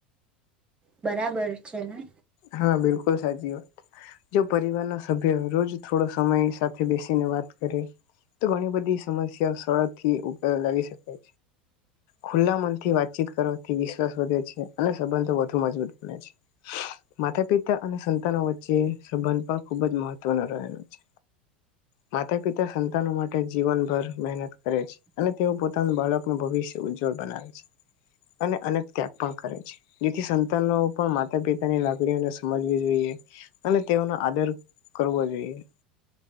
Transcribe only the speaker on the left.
હા બિલકુલ સાચી વાત જો પરિવાર ના સભ્ય રોજ થોડો સમય સાથે બેસીને વાત કરે તો ઘણી બધી સમસ્યા સરળ થી <unintelligible> લાવી ખુલ્લા મનથી વાતચીત કરવાથી વિશ્વાસ વધે છે. અને સંબંધો વધુ મજબૂત બને છે. માતા પિતા અને સંતાનો વચ્ચે સંબંધ પણ ખુબ જ મહત્વનો હતો. રહ્યો છે, માતા પિતા તે સંતાનો માટે જીવનભર મહેનત કરે છે, અને તેઓ પોતાનું બાળક નો ભવિષ્ય ઉજ્જવ બનાવે છે અને અનેક ત્યાગ પણ કરે છે જેથી સંતાનો પણ માતા પિતાને લા લાગણીઓ ને સમજવી જોઈએ અને તેઓનો આદર કરવો જોઈએ